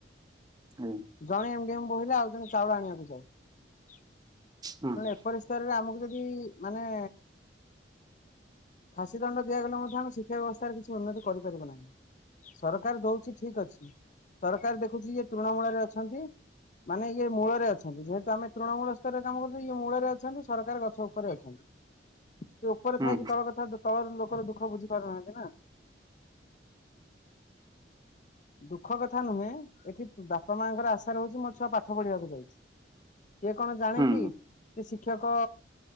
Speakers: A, on the right (about 20°); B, on the left (about 40°).
A: ହୁଁ
B: ଜଣେ ଏମ ଡି ଏମ୍ ବହିଲେ ଆଉ ଜଣେ ଚାଉଳ ଆଣିବାକୁ ଯାଏ ତଣୁ
A: ହୁଁ
B: ଏପରି ସ୍ତରରେ ଆମୁକୁ ଯଦି ମାନେ ଫାଶୀ ଦଣ୍ଡ ଦିଆଗଲେ ମଧ୍ୟ ଆମେ ଶିକ୍ଷା ବ୍ୟବସ୍ଥାରେ କିଛି ଉନ୍ନତି କରିପାରିବୁ ନାହିଁ ସରକାର ଦଉଚି ଠିକ ଅଛି, ସରକାର ଦେଖୁଚି ଇଏ ତୃଣମୂଳରେ ଅଛନ୍ତି ମାନେ ଇଏ ମୂଳରେ ଅଛନ୍ତି ଯେହେତୁ ଆମେ ତୃଣମୂଳ ସ୍ତରରେ କାମ କରୁଚୁ ଇଏ ମୂଳରେ ଅଛନ୍ତି ସରକାର ଗଛ ଉପରେ ଅଛନ୍ତି ସେ ଉପରେ
A: ହୁଁ
B: ଥାଇକି ତଳ କଥା ତଳର ଲୋକର ଦୁଃଖ ବୁଝି ପାରୁନାହାନ୍ତି ନା ଦୁଃଖ କଥା ନୁହେଁ ଏଠି- ବାପା ମାଙ୍କର ଆଶା ରହୁଚି ମୋ ଛୁଆ ପାଠ ପଢିବାକୁ ଯାଇଚି, କିଏ କଣ ଜାଣେ
A: ହୁଁ
B: କି - କି ଶିକ୍ଷକ